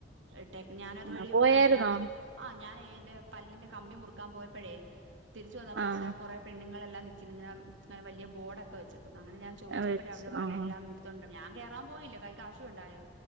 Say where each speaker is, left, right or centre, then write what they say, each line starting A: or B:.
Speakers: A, on the right (about 90°); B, on the right (about 70°).
A: ഇട്ടേക്ക് ഞാനതുവഴി
B: ആഹ് ആഹ് പോയായിരുന്നോ
A: മിനിഞ്ഞാന്ന് ആഹ് ഞാനേ ന്റെ പല്ലിന്റെ കമ്പി മുറുക്കാൻ പോയപ്പോഴേ തിരിച്ച് വന്നപ്പോ
B: ആഹ്
A: അവിടെ കുറെ പെണ്ണ്ങ്ങളെല്ലാം നിക്ക്ന്ന് ഇങ്ങനെ ങ്ങനെ വല്ല്യാ ബോർഡൊക്കെ വെച്ചു. ന്നാ അങ്ങനെ ഞാൻ ചോയ്ച്ചപ്പോഴേ
B: വെച്ച്
A: അവര് പറഞ്ഞല്ലാം
B: ആഹ്
A: നൂറ്റിതൊണ്ണൂറ്റൊമ്പത് ഞാൻ കേറാൻ പോയില്ല കൈയി കാശുണ്ടായോ.